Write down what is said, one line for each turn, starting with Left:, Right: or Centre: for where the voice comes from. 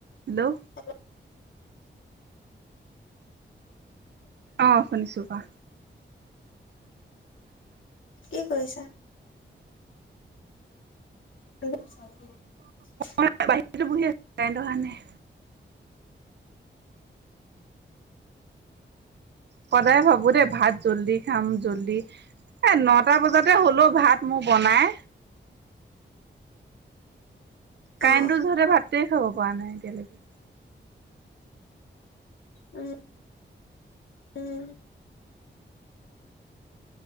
Right: Hello
Left: অ
Right: অ শুনিছো কোৱা।
Left: কি কৰিছা? <unintelligible>
Right: মই বাহিৰতে বহি আছো কাৰেণ্ট অহা নাই। সদায় ভাবো দেই ভাত জলদি খাম জলদি- এ নটা বজাতে হলো ভাত মোৰ বনাই। কাৰেণ্টো
Left: অ',
Right: যিহেতু ভাতে খাব পৰা নাই এতিয়ালৈকে-
Left: উম উম